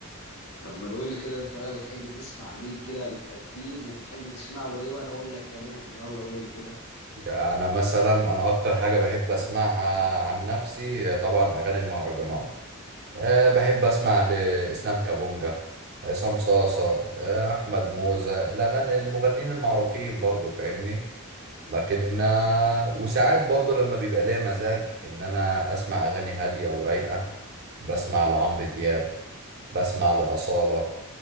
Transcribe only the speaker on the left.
طب ما تقول لي كده انت بقى بتحب تسمع مين كده بالترتيب وبتحب تسمع له ايه وانا اقول لك كمان يلا قول لي كده